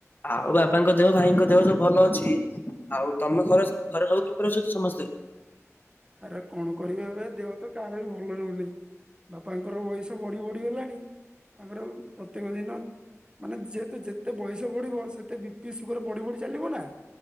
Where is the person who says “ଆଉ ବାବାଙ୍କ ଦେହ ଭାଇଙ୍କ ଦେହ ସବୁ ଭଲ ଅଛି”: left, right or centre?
Left